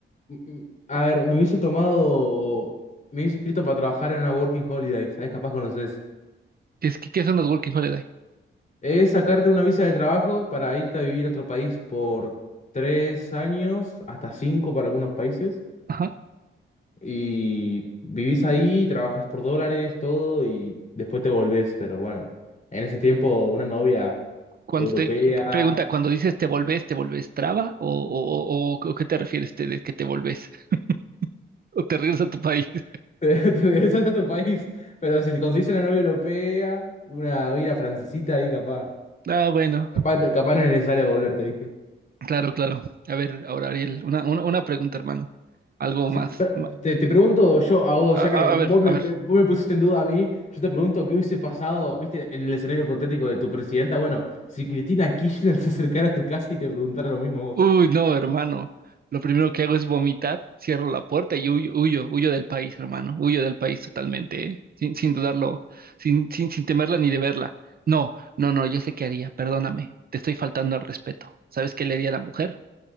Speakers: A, on the left (about 40°); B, on the right (about 45°).
A: mm, mm, A ver, me hubiese tomado. Me hubiese inscrito para trabajar en una Working Holiday. ¿Sabes? Capaz conoces.
B: ¿Qué, es- que, qué son los Working Holiday?
A: Es sacarte una visa de trabajo para irte a vivir a otro país por tres años, hasta cinco para algunos países.
B: Ajá.
A: Y vivís ahí, trabajas por dólares, todo, y después te volvés. Pero bueno, en ese tiempo una novia
B: Cuando
A: europea,
B: te, pregunta, cuando dices te volvés, ¿te volvés traba? ¿O, o, o, o qué te refieres te- de que te volvés? <laughs> ¿O te regresas a tu país? <laughs>
A: <laughs> te, te regresas a tu país. Pero si te conseguís una novia europea, una, una francesita ahí capaz.
B: Ah, bueno.
A: Capaz, capaz no es necesario volverte,
B: Claro, claro. A ver, ahora Ariel, una, una, una pregunta, hermano. Algo
A: Sí,
B: más.
A: pero te, te pregunto yo a vos,
B: A,
A: ya
B: a-
A: que vos
B: a ver,
A: me,
B: a ver.
A: me- vos me pusiste en duda a mí, yo te pregunto qué hubiese pasado, viste, en el escenario hipotético de tu presidenta, bueno, si Cristina Kirchner <laughs> se acercara a tu casa y te preguntara lo mismo a vos.
B: Uy, no, hermano. Lo primero que hago es vomitar, cierro la puerta y huyo, huyo, huyo del país, hermano. Huyo del país totalmente, ¿eh? Sin, sin dudarlo, sin, sin, sin temerla ni de verla. No, no, no, yo sé qué haría, perdóname. Te estoy faltando al respeto. ¿Sabes qué le haría a la mujer?